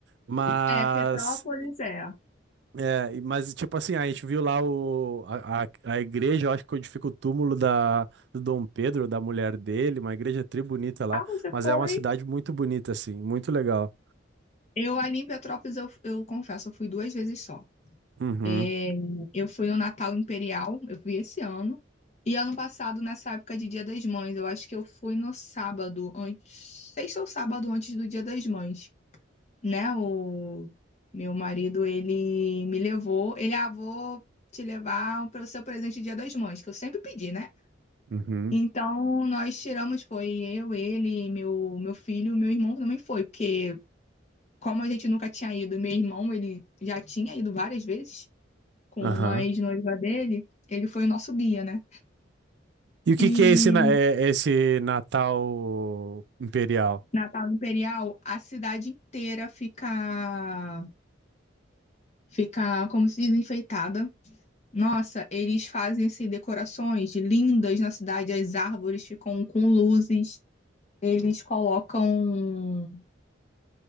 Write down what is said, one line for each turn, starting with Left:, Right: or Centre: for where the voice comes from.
Right: Mas.
Left: É, Petrópolis é.
Right: É, e- mas tipo assim, a gente viu lá o, a, a, a igreja, eu acho que onde fica o túmulo da, do Dom Pedro, da mulher dele, uma igreja tri bonita lá,
Left: Ah, você
Right: mas
Left: foi?
Right: é uma cidade muito bonita, assim, muito legal.
Left: Eu ali em Petrópolis, eu, eu confesso, eu fui duas vezes só.
Right: Uhum,
Left: É, eu fui no Natal Imperial, eu fui esse ano. E ano passado, nessa época de Dia das Mães, eu acho que eu fui no sábado, antes, sexta ou sábado antes do Dia das Mães. né, o meu marido, ele me levou, ele, ah, vou te levar para o seu presente de Dia das Mães, que eu sempre pedi, né?
Right: uhum,
Left: Então, nós tiramos, foi eu, ele, meu, meu filho, meu irmão também foi, porque como a gente nunca tinha ido, meu irmão, ele já tinha ido várias vezes com
Right: aham.
Left: a ex-noiva dele, ele foi o nosso guia, né?
Right: E o que
Left: E
Right: que é esse, na- é- é esse Natal Imperial?
Left: Natal Imperial, a cidade inteira fica, fica, como se diz, enfeitada. Nossa, eles fazem assim, decorações lindas na cidade, as árvores ficam com luzes, eles colocam.